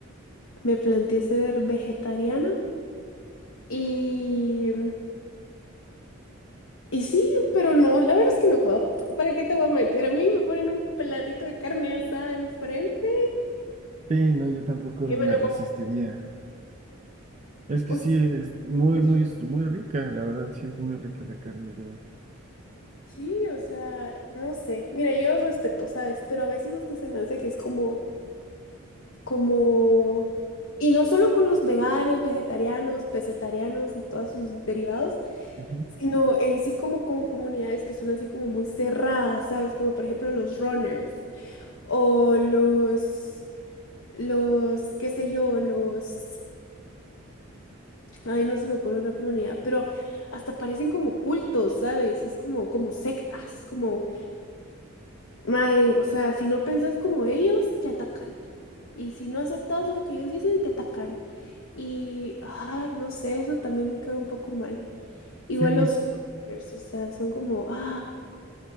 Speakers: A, on the left; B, on the right.
A: me planteé ser vegetariana y... Y sí, pero no, la verdad es que no puedo. ¿Para qué te voy a mentir? A mí me ponen un platito de carne asada enfrente
B: Sí, no, yo tampoco
A: y me
B: me
A: lo
B: resistiría.
A: como.
B: Es que
A: O
B: sí,
A: sea,
B: es muy,
A: es
B: muy,
A: ri-
B: muy rica, la verdad, sí es muy rica la carne, yo.
A: sí, o sea, no sé. Mira, yo respeto, ¿sabes? Pero a veces hasta se me hace que es como, como... Y no solo con los veganos, vegetarianos, pesetarianos y todos sus derivados,
B: Ujú.
A: sino en sí como con comunidades que son así como muy cerradas, ¿sabes? Como por ejemplo los runners. O los, los, qué sé yo, los, ay, no se me ocurre otra comunidad, pero hasta parecen como cultos, ¿sabes? Es como, como sectas, como, madre, o sea, si no pensás como ellos, te atacan. Y si no aceptas lo que ellos dicen, te atacan. Y, ah, no sé, eso también me cae un poco mal. Igual
B: Sí,
A: los, o sea, son como, ah.